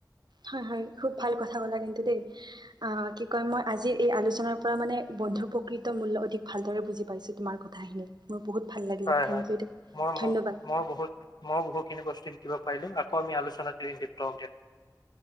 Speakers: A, on the right; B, on the left.
A: হয় হয় খুব ভাল কথা ক'লা কিন্তু দেই আহ কি কয় মই আজি এই আলোচনাৰ পৰা মানে বন্ধুৰ প্ৰকৃত মূল্য অধিক ভালদৰে বুজি পাইছো তোমাৰ কথাখিনি মোৰ বহুত ভাল লাগিলে
B: হয়
A: থেংক
B: হয়
A: ইউ দেই,
B: মই
A: ধন্যবাদ
B: ম মই বহুত মই বহুত কেনে বস্তিন কিবা পাৰিলোঁ আকৌ আমি আলোচনাততে বিহিন দেলিপ্ত হয় দিয়